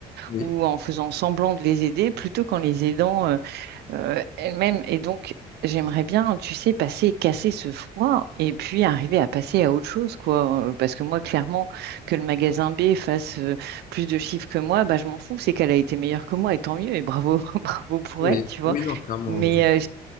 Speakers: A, on the left; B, on the right.
A: Oui,
B: ou en faisant semblant de les aider plutôt qu'en les aidant euh, elle-même. Et donc, j'aimerais bien, tu sais, passer, casser ce froid et puis arriver à passer à autre chose, quoi. Euh, Parce que moi, clairement, que le magasin B fasse euh, plus de chiffres que moi, bah, je m'en fous. C'est qu'elle a été meilleure que moi et tant mieux. Et bravo, <laughs> bravo pour
A: oui,
B: elle, tu vois.
A: oui, non, clairement.
B: Mais
A: oui.